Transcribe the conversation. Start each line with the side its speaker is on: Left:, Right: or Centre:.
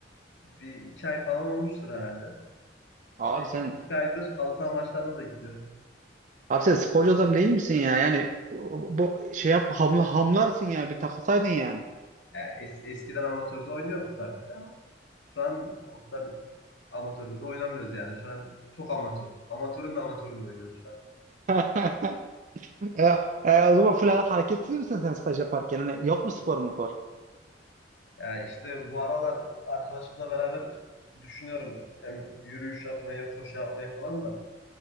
Left: Bir iki ay falan olmuştur herhalde. İşte
Right: Abi
Left: iki,
Right: sen
Left: iki aydır halı saha maçlarına da gitmiyorum.
Right: abi sen sporcu adam değil misin ya? Yani bu bu şey yap hamla hamlarsın ya bir takılsaydın yani.
Left: Yani es- eskiden amatörde oynuyorduk tabii ki ama şu an o kadar amatörde de oynamıyoruz yani. Şu an çok amatör. Amatörün de amatöründe oynuyoruz şu an.
Right: <laughs> E, e, o zaman full hareketsiz misin sen staj yaparken? Hani yok mu spor mu for?
Left: Yani işte bu aralar arkadaşımla beraber düşünüyorum. Hem yürüyüş yapmayı, koşu yapmayı falan da.